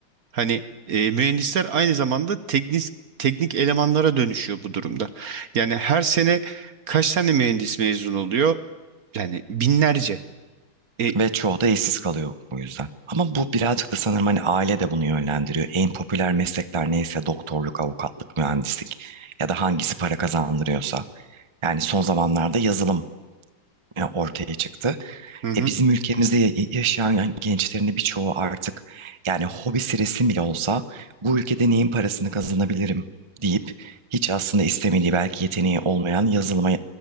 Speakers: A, on the right; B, on the right.
A: Hani eee, mühendisler aynı zamanda teknik teknik elemanlara dönüşüyor bu durumda. Yani her sene kaç tane mühendis mezun oluyor? Yani binlerce. E,
B: Ve çoğu da işsiz kalıyor bu yüzden. Ama bu birazcık da sanırım hani aile de bunu yönlendiriyor. En popüler meslekler neyse doktorluk, avukatlık, mühendislik ya da hangisi para kazandırıyorsa. Yani son zamanlarda yazılım e, ortaya çıktı.
A: hı hı.
B: E bizim ülkemizde ya- yaşayan gençlerin de birçoğu artık yani hobisi resim bile olsa bu ülkede neyin parasını kazanabilirim deyip hiç aslında istemediği belki yeteneği olmayan yazılıma